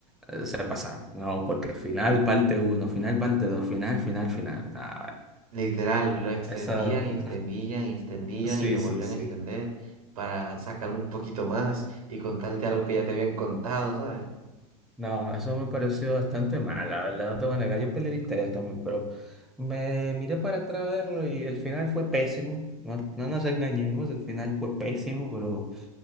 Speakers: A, in the centre; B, on the right (about 80°).
A: eh, se pasaron. No, porque final parte uno final parte 2 final, final, final. Nah,
B: Literal, lo extendían
A: esa,
B: y extendían
A: <laughs>
B: y extendían
A: sí,
B: y lo
A: sí,
B: volvían
A: sí.
B: a extender para sacar un poquito más y contarte algo que ya te habían contado, ¿sabes?
A: No, eso me pareció bastante mal, la verdad, no te voy a negar. Yo perdí el interés también, pero me miré para atrás a verlo y el final fue pésimo. No, no nos engañemos, el final fue pésimo, pero